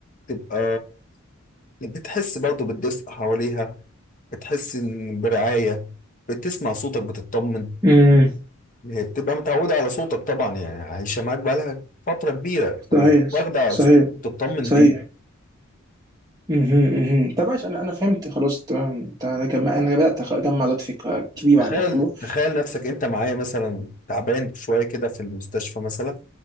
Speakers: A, on the left; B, on the right.
A: تبقى بتحس برضو بالدفء حواليها بتحس إن برعاية بتسمع صوتك بتطمن
B: امم
A: هي بتبقى متعودة على صوتك طبعا يعني عايشة معاك بقالها فترة كبيرة
B: صحيح
A: فما واخدة على
B: صحيح
A: صوتك وبتطمن
B: صحيح
A: بيه
B: مهم، مهم. طب ماشي انا انا فهمت خلاص تمام تمام. انا جمع- انا بدات اجمع دلوقتي فكره كبيره
A: تخيل
B: عن الموضوع
A: تخيل نفسك انت معايا مثلا تعبان شوية كده في المستشفى مثلا